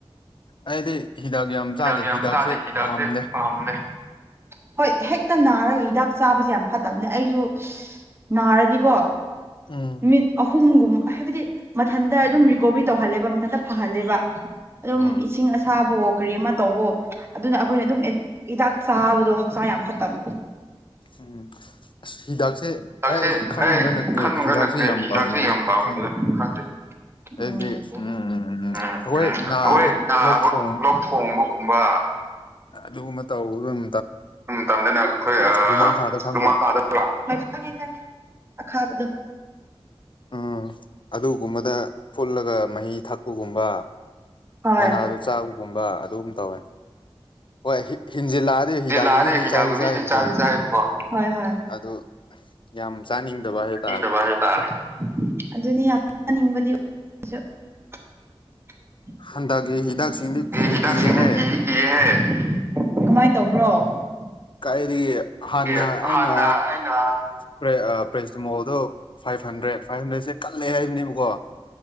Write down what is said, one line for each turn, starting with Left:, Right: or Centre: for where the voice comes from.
Left: ꯑꯩꯗꯤ ꯍꯤꯗꯥꯛ ꯌꯥꯝ
Right: ꯍꯤꯗꯥꯛ
Left: ꯆꯥꯗꯦ
Right: ꯌꯥꯝ
Left: ꯍꯤꯗꯥꯛꯁꯦ
Right: ꯆꯥꯗꯦ ꯍꯤꯗꯥꯛꯁꯦ
Left: ꯄꯥꯝꯗꯦ
Right: ꯄꯥꯝꯗꯦ ꯍꯣꯏ ꯍꯦꯛꯇ ꯅꯥꯔꯒ ꯍꯤꯗꯥꯛ ꯆꯥꯕꯁꯦ ꯌꯥꯝ ꯐꯠꯇꯝꯅꯦ ꯑꯩꯁꯨ ꯅꯥꯔꯗꯤꯀꯣ
Left: ꯎꯝ
Right: ꯅꯨꯃꯤꯠ ꯑꯍꯨꯝꯒꯨꯝ ꯍꯥꯏꯕꯗꯤ ꯃꯊꯟꯇ ꯑꯗꯨꯝ ꯔꯤꯀꯣꯕꯔꯤ ꯇꯧꯍꯜꯂꯦꯕ ꯃꯊꯟꯇ ꯐꯍꯜꯂꯦꯕ ꯑꯗꯨꯝ
Left: ꯎꯝ
Right: ꯏꯁꯤꯡ ꯑꯁ ꯆꯥꯕꯑꯣ ꯀꯔꯤ ꯑꯃ ꯇꯧꯕꯑꯣ ꯑꯗꯨꯅ ꯑꯩꯈꯣꯏꯅ ꯑꯗꯨꯝ ꯑꯟ ꯍꯤꯗꯥꯛ ꯆꯥꯕꯗꯣ ꯍꯛꯆꯥꯡ ꯌꯥꯝ ꯐꯠꯇꯝꯅꯦ
Left: ꯎꯝ ꯑꯁ ꯍꯤꯗꯥꯛꯁꯦ
Right: ꯍꯤꯗꯥꯛꯁꯦ
Left: ꯑꯩ ꯈꯟꯕꯒ ꯅꯠꯇꯦ
Right: ꯈꯟꯕꯒ
Left: ꯍꯤꯗꯥꯛꯁꯦ
Right: ꯅꯠꯇꯦ
Left: ꯌꯥꯝ
Right: ꯍꯤꯗꯥꯛꯁꯦ
Left: ꯄꯥꯝꯗꯦꯗ
Right: ꯌꯥꯝ ꯄꯥꯝꯃꯦꯅ
Left: ꯈꯪꯗꯦ
Right: ꯈꯪꯗꯦ
Left: ꯑꯩꯗꯤ
Right: ꯎꯝ ꯎꯝ
Left: ꯏꯝ ꯑꯩꯈꯣꯏ
Right: ꯎꯝ ꯑꯩꯈꯣꯏ
Left: ꯅꯕ
Right: ꯅꯥꯕ
Left: ꯂꯣꯛ ꯊꯣꯡ
Right: ꯂꯣꯛ ꯊꯣꯡꯕꯒꯨꯝꯕ
Left: ꯑꯗꯨꯒꯨꯝꯕ ꯇꯧꯒꯔꯨꯝ
Right: <unintelligible>
Left: ꯂꯨꯃꯥꯡꯈꯥꯗꯣ ꯈꯪꯕ꯭ꯔꯣ
Right: ꯑꯈꯥꯕꯗꯨ
Left: ꯑꯥ ꯑꯗꯨꯒꯨꯝꯕꯗ ꯐꯨꯜꯂꯒ ꯃꯍꯤ ꯊꯛꯄꯒꯨꯝꯕ
Right: ꯍꯣꯏ
Left: ꯃꯅꯥꯗꯣ ꯆꯥꯕꯒꯨꯝꯕ ꯑꯗꯨꯝ ꯇꯧꯋꯦ ꯍꯣꯏ ꯍꯤ ꯍꯤꯟꯖꯤꯜꯂꯛꯑꯗꯤ ꯍꯤꯗꯥꯛꯒꯨꯂꯤꯗꯤ
Right: ꯖꯤꯜꯂꯥꯗꯤ ꯍꯤꯗꯥꯛ
Left: ꯆꯥꯗꯤ
Right: ꯒꯨꯂꯤꯗꯤ
Left: ꯆꯥꯏꯕꯀꯣ
Right: ꯆꯥꯗꯤ ꯆꯥꯏꯌꯦꯕꯀꯣ ꯍꯣꯏ ꯍꯣꯏ
Left: ꯑꯗꯨ ꯌꯥꯝ ꯆꯥꯅꯤꯡꯗꯕ ꯍꯥꯏꯗꯣ
Right: ꯆꯥꯅꯤꯡꯗꯕ
Left: ꯇꯥꯔꯦ
Right: ꯍꯥꯏꯕ ꯇꯥꯔꯦ <unintelligible>
Left: ꯍꯟꯗꯛꯀꯤ
Right: <unintelligible>
Left: ꯍꯤꯗꯥꯛꯁꯤꯡꯗꯤ ꯀꯤꯗꯤ ꯀꯤꯍꯦ ꯀꯥꯏꯗꯒꯤ ꯍꯥꯟꯅ
Right: ꯑꯦ
Left: ꯑꯩꯅ
Right: ꯍꯥꯟꯅ ꯑꯩꯅ
Left: ꯄ꯭ꯔꯦ ꯄ꯭ꯔꯦꯁꯇꯤꯃꯣꯜꯗꯣ ꯐꯥꯏꯚ ꯍꯟꯗ꯭ꯔꯦꯠ ꯐꯥꯏꯚ ꯍꯟꯗ꯭ꯔꯦꯠꯁꯦ ꯀꯜꯂꯦꯍꯦ ꯍꯥꯏꯕꯅꯦꯕꯀꯣ